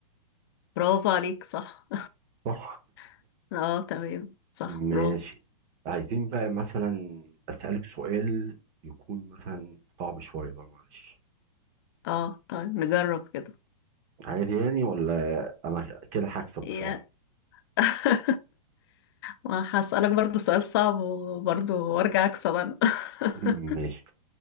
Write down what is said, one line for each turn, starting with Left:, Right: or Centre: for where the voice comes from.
Left: برافو عليك صح
Right: صح
Left: <laughs> اه تمام صح
Right: ماشي
Left: برافو
Right: عايزين بقى مثلا أسألك سؤال يكون مثلا صعب شوية بقى معلش
Left: اه طيب نجرب كده
Right: عادي يعني ولا أنا كده هكسب بصراحة
Left: يا <laughs> ما هسألك برضو سؤال صعب وبرضو وارجع اكسب انا <laughs>
Right: <laughs> ماشي